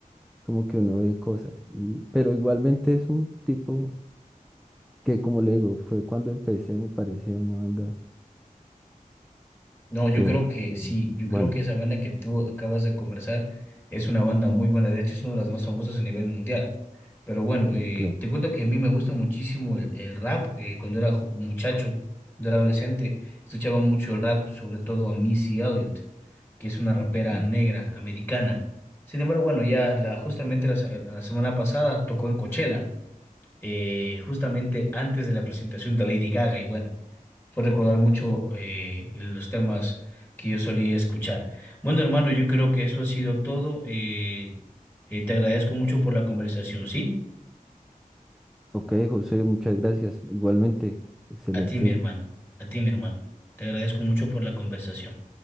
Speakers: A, in the centre; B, on the left.
A: como que uno ve cosas. y- pero igualmente es un tipo que, como le digo, fue cuando empecé, me pareció una banda
B: No, yo
A: que,
B: creo que
A: eh,
B: sí, yo
A: bueno,
B: creo que esa banda que tú acabas de conversar es una banda muy buena, de hecho es una de las más famosas a nivel mundial. Pero bueno, eh,
A: claro.
B: te cuento que a mí me gusta muchísimo el, el rap, eh, cuando era jo- muchacho, cuando era adolescente, escuchaba mucho el rap, sobre todo a Missy Elliott, que es una rapera
A: Mm.
B: negra, americana. Sin embargo, bueno, ya la, justamente la se- la semana pasada tocó en Coachella. eh, justamente antes de la presentación de Lady Gaga y bueno, fue recordar mucho eh, los temas que yo solía escuchar. Bueno, hermano, yo creo que eso ha sido todo. eh, eh, te agradezco mucho por la conversación, ¿sí?
A: Ok, José, muchas gracias. Igualmente, excelente.
B: A ti, mi hermano, a ti, mi hermano. Te agradezco mucho por la conversación.